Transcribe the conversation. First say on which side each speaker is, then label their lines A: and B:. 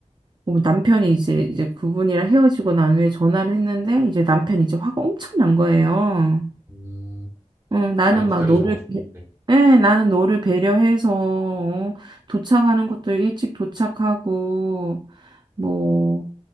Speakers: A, on the right (about 40°); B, on the right (about 20°).
A: 뭐 남편이 이제 이제 그분이랑 헤어지고 난 후에 전화를 했는데 이제 남편이 이제 화가 엄청 난 거예요.
B: 음,
A: 어, 나는
B: 많이 기다리셔가지고,
A: 막 너를, 배-
B: 네.
A: 예, 나는 너를 배려해서, 어, 도착하는 것도 일찍 도착하고, 뭐,